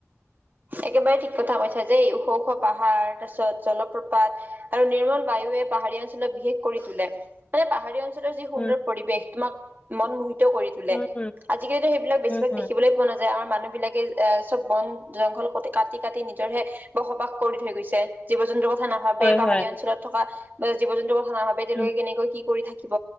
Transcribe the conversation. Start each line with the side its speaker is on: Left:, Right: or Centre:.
Right: একেবাৰে ঠিক কথা কৈছা যে এই ওখ ওখ পাহাৰ তাৰ পিছত জলপ জলপ্ৰপাত আৰু নিৰ্মল বায়ুৱে পাহাৰীয়া অঞ্চলক বিশেষ কৰি তোলে, মানে পাহাৰীয়া মুঠতে যি সুন্দৰ
Left: উম
Right: পৰিবেশ তোমাক মন মোহিত কৰি তোলে,
Left: উম উম
Right: আজিকালিতো সেইবিলাক বেছিভাগ
Left: উম, হুম,
Right: দেখিবলৈ পোৱা নাযায় আমাৰ মানুহ বিলাকে এই চব বন জংঘল কাটি কাটি নিজৰহে বসবাস কৰি থৈ গৈছে, জীৱ-জন্তুৰ কথা নাভা ভাবে
Left: হয়,
Right: পাহাৰীয়া
Left: হয়,
Right: অঞ্চলত থকা বা জীৱ-জন্তুৰ কথা নাভাবে তেওঁলোকে
Left: উম,
Right: কেনেকৈ কি কৰি থাকিব।